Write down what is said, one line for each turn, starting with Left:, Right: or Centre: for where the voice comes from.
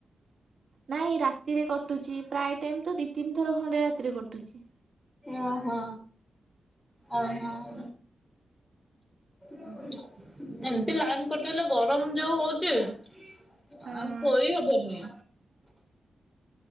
Right: ନାଇଁ ରାତିରେ କଟୁଛି। ପ୍ରାୟ ଟାଇମ ତ ଦି ତିନି ଥର ଖଣ୍ଡେ ରାତିରେ କଟୁଛି।
Left: ଓ ହୋ ଓ ହୋ। ଏମିତି ଲାଇନ୍ କାଟିଗଲେ ଗରମ ଯୋଉ ହଉଛି। ଆଉ
Right: ହଁ
Left: ସୋଇ ହବନି।